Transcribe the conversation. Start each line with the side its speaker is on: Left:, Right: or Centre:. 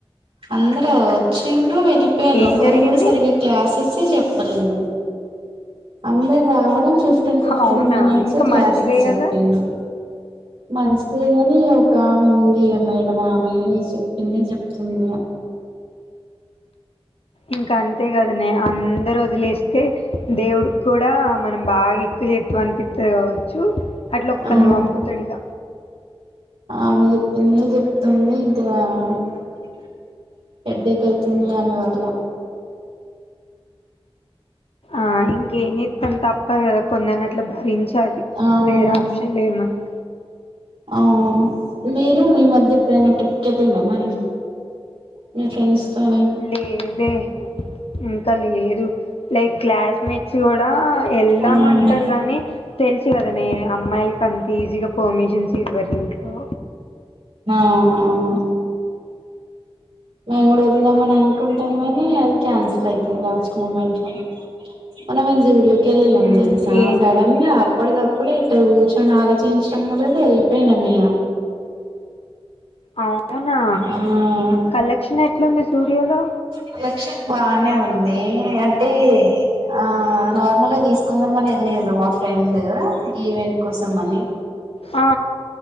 Right: అందరు వచ్చిండ్రు వెళ్ళిపెండ్రు
Left: ఏం
Right: ఒక్కరు
Left: జరిగింది
Right: కూడా సరిగె క్లాసెస్ కీ చెప్పలేదు అందర్ రావడం ఫిఫ్ టీన్ ఫిఫ్
Left: అవునా
Right: టీన్ మీనీట్స్
Left: ఇంకా
Right: క్లాసెస్
Left: మంచిదే
Right: చెపిండ్రు
Left: కదా
Right: మంచ్ దేగాని ఒక ఆమె ఉంది ఇగ మేడం ఆమె చెప్పిందే చెప్ ఉనయా
Left: ఇంకా అంతే గదనే అందరు వొదిలేస్తే దేవుడిక్ కూడా మనం బాగా ఎక్కువ చే త్ వన్ పిత్తది గావచ్చు అట్ల ఒక్కల్
Right: ఆ
Left: నీ పంపుతడు ఇగ
Right: ఆమె చెప్పిందె చెప్తుంది ఇంతీగ <unintelligible> హెడేక్ అయితుంది అమె వాళ్ళ
Left: ఆ ఇంకేం చెత్తం తప్పదు గదా కొందర్ని అట్ల భరించ్ తా లి
Right: అవును
Left: వేర్ ఆప్షన్ లేదు మనక్
Right: అవును మీరు మీ మధ్య ఎప్పుడైనా ట్రిప్ కేల్లిన్ రా మరి మీ ఫ్రెండ్స్ తోని
Left: లేదే ఇంకా లేదు లైక్ క్లాస్ మేట్స్ కూడా ఎల్దామంటర్
Right: అవునా
Left: గానీ తెలుస్ గదనే అమ్మాయిల్ క్.. అంత ఈజీగా పర్మిషన్స్ ఇవ్వరు ఇంట్లో...
Right: న అవునవును మేము కూడా ఎల్ దాము మన్ అన్ కుంటాం గానీ అది క్యాన్సిల్ అయితది లాస్ట్ మూమెంట్ లో మొన్న మేమ్ జూడియోకి కేళ్ళిలమ్
Left: మ్మ్
Right: తెలుసా
Left: ఏం
Right: సడన్ గా అప్పటిదప్పుడే ఇట్ల కూర్చొని ఆలోచిం షమ్మ లేదు ఎల్లిపెయినమ్ ఇగ
Left: అవునా
Right: ఆ
Left: కలెక్షన్ ఎట్లుంది జూడియోలో
Right: కలేక్షన్ బానే ఉంది అంటే ఆ.. నార్మల్ గ్ తీస్ కొందామని ఎల్లిర్ మా ఫ్రెండు ఈవెంట్ కోసం అని
Left: ఆ